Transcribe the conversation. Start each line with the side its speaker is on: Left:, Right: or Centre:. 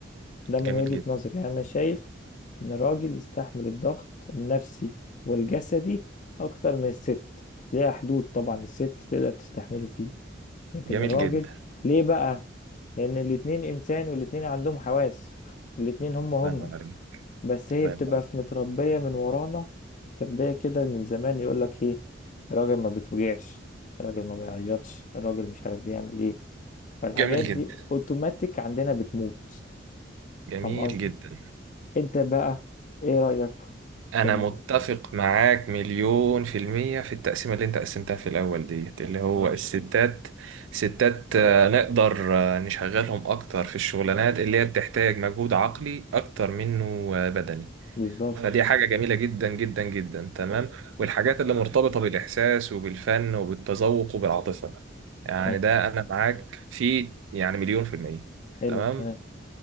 Left: ده من
Right: جميل
Left: وجهة
Right: جدا
Left: نظري يعني أنا شايف إن الراجل يستحمل الضغط النفسي والجسدي أكتر من الست ليها حدود طبعا الست تقدر تستحمله فيه لكن
Right: جميل
Left: الراجل
Right: جدا
Left: ليه بقى؟ لأن الاتنين إنسان والاتنين عندهم حواس والاتنين هما
Right: الله
Left: هما
Right: ينور عليك
Left: بس هي
Right: الله
Left: بتبقى
Right: ينور عليك
Left: في متربية من ورانا تربية كده من زمان يقولك إيه الراجل ما بتوجعش الراجل ما بيعيطش الراجل مش عارف بيعمل إيه فالحاجات
Right: جميل جدا
Left: دي أوتوماتيك عندنا بتموت
Right: جميل
Left: فاهم قصدي؟
Right: جدا
Left: انت بقى ايه رأيك
Right: أنا
Left: كان-
Right: متفق معاك مليون في المية في التقسيمة اللي أنت قسمتها في الأول ديت اللي هو اه الستات ستات آه، نقدر آه، نشغلهم أكتر في الشغلانات ايوه اللي هي بتحتاج مجهود عقلي أكتر منه آه، بدني
Left: بالظبط
Right: فدي ايوه حاجة جميلة جدا جدا جدا تمام اه والحاجات اللي مرتبطة بالإحساس وبالفن وبالتذوق وبالعاطفة يعني
Left: اه،
Right: اه ده أنا معاك فيه يعني مليون في المية
Left: حلو
Right: تمام
Left: الكلام